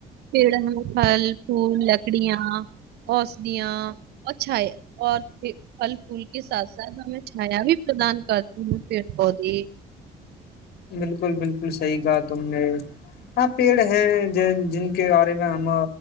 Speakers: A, on the right; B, on the left.
A: پیڑ پھل۔ پھول لکڑیاں اوسدیاں اچھا ہے اور پھل پھول۔ کے ساتھ ساتھ ہمیں چھایا بھی پردان کرتی ہے۔ پیڑ پودے۔
B: بالکل بالکل صحیح کہا تم نے ہاں پیڑ ہیں جن کے بارے میں ہم